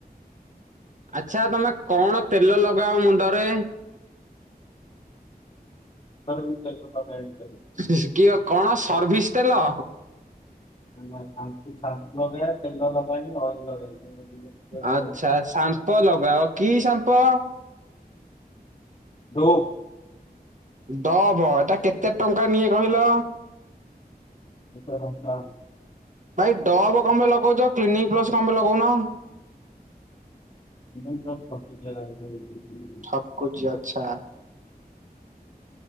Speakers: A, on the right; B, on the left.
A: ଆଚ୍ଛା ତମେ କଣତେଲ ଲଗାଅ ମୁଣ୍ଡରେ?
B: ତୁଣ୍ଡରେ ମୁତେଲ ଲଗାଏନି।
A: ହୁ କିଏ କଣ ସର୍ଭିସ୍ ତେଲ।
B: ନାଁ ସାମ୍ପୁ ସାମ୍ପୁ ଲଗାଏ ତେଲ ଲଗାଏନି ଅଏଲ୍
A: ଆଚ୍ଛା ସାମ୍ପ ଲଗାଅ କିସାମ୍ପ?
B: ଲୋ
A: ଡୋଭ ଏଟା କେତେଟଙ୍କା ନିଏ କହିଲ?
B: ପାଞ୍ଚ ଟଙ୍କା।
A: ଭାଇ ଡବ୍ କଁପାଇଁ ଲଗଉଛ କ୍ଲିନିକ୍ ପ୍ଲସ୍ କଁପାଇଁ ଲଗଉନ?
B: କ୍ଲିନିକ୍ ପ୍ଲସ୍ ଟଙ୍କିକିଆ <unintelligible>
A: ଠକୁଛି ଆଚ୍ଛା।